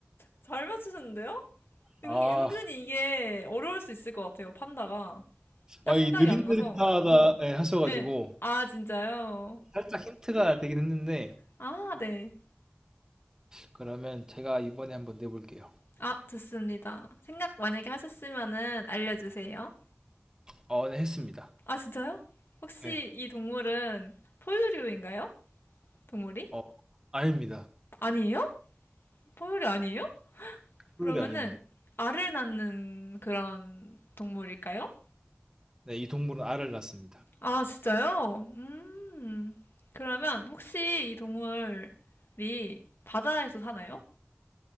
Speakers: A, on the left; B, on the right.
A: 잘 맞히셨는데요? 은,
B: 아,
A: 은근히 이게 어려울 수 있을 것 같아요, 판다가. 딱
B: 아,
A: 생각이
B: 이 느릿느릿하다
A: 안 나서.
B: 예, 하셔가지고
A: 예. 아, 진짜요?
B: 살짝 힌트가 되긴 했는데
A: 아, 네.
B: 그러면 제가 이번에 한번 내볼게요.
A: 아, 좋습니다. 생각 만약에 하셨으면은 알려주세요.
B: 어, 네, 했습니다.
A: 아, 진짜요? 혹시
B: 네,
A: 이 동물은 포유류인가요? 동물이?
B: 어, 아닙니다.
A: 아니에요? 포유류 아니에요? 그러면은
B: 소율이 아닙니다.
A: 알을 낳는 그런 동물일까요?
B: 네, 이 동물은 알을 낳습니다.
A: 아, 진짜요? 음. 그러면 혹시 이 동물이 바다에서 사나요?